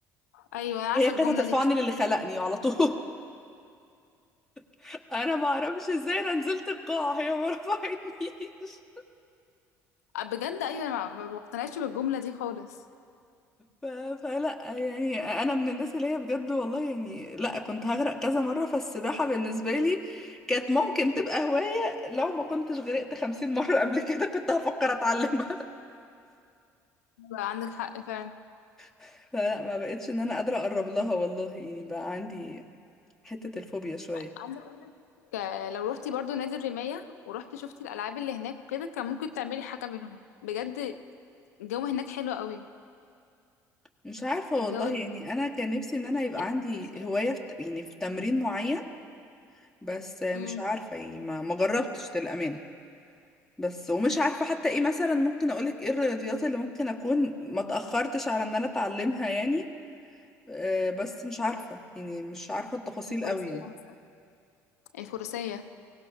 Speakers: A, on the left; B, in the centre.
A: ايوه انا عارفه
B: هي كانت
A: الجمله
B: هترفعني
A: دي
B: للي خلقني على طول <laughs> انا ما اعرفش ازاي انا نزلت القاع هي ما رفعتنيش
A: بجد ايوه ما ما بقتنعش بالجمله دي خالص
B: ف... فلا يعني انا من الناس اللي هي بجد والله يعني لا كنت هغرق كذا مرة فالسباحة بالنسبة لي كانت ممكن تبقى هواية لو ما كنتش غرقت خمسين مرة <laughs> قبل كده كنت هفكر اتعلمها
A: عندك حق فعلا
B: <laughs> فلا ما بقتش ان انا قادرة اقرب لها والله يعني بقى عندي حتة الفوبيا شوية
A: عايزه اقول لك آه، لو روحتي برضو نادي الرمايه ورحتي شفتي الالعاب اللي هناك وكده كان ممكن تعملي حاجه منهم بجد الجو هناك حلو قوي
B: مش عارفة
A: الجو
B: والله
A: الفروسيه
B: يعني انا كان نفسي
A: الرمايه
B: ان انا يبقى عندي
A: الفروسيه
B: هواية في... يعني في تمرين معين بس مش
A: امم
B: عارفة يعني ما ما جربتش للأمانة بس ومش عارفة حتى ايه مثلا ممكن اقولك ايه الرياضيات اللي ممكن اكون ما تأخرتش على ان انا اتعلمها يعني آه، بس مش عارفة يعني مش عارفة التفاصيل
A: الفروسيه
B: قوي يعني
A: مثلا الفروسيه